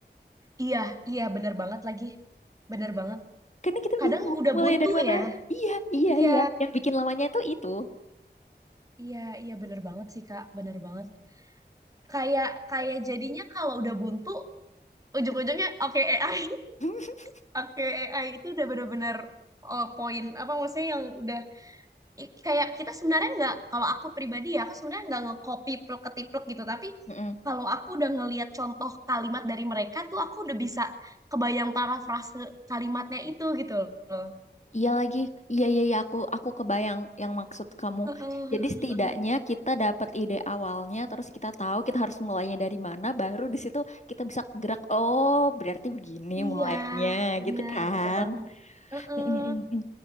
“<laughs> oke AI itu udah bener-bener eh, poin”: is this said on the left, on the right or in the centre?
Right